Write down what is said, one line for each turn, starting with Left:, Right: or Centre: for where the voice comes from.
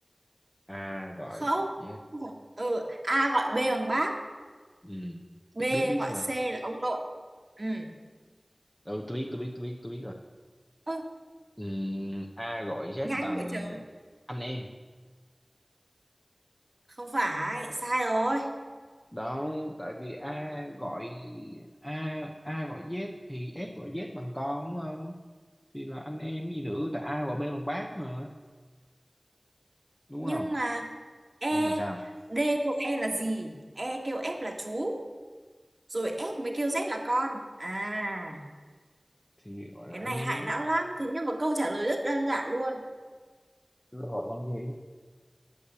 Left: a gọi
Right: Không.
Left: Z
Right: không phải. Ừ, A gọi B bằng bác,
Left: ừ
Right: B
Left: biết biết
Right: gọi
Left: mà
Right: C là ông nội. Ừ.
Left: ừ, tôi biết tôi biết tôi biết tôi biết rồi
Right: Ơ,
Left: ừ, a gọi Z
Right: nhanh
Left: bằng
Right: vậy trời.
Left: anh em
Right: Không phải, sai rồi.
Left: đó tại vì a gọi a a gọi Z thì f gọi Z bằng con đúng không thì là anh em gì nữa tại a gọi B bằng bác mà đúng
Right: Nhưng
Left: không
Right: mà E,
Left: nhưng mà sao
Right: D kêu E là gì? E kêu F là chú, rồi F mới kêu Z là con. À,
Left: thì gọi là
Right: cái
Left: anh
Right: này
Left: em
Right: hại não lắm. Thế nhưng mà câu trả lời rất đơn giản luôn.
Left: tôi gọi bằng gì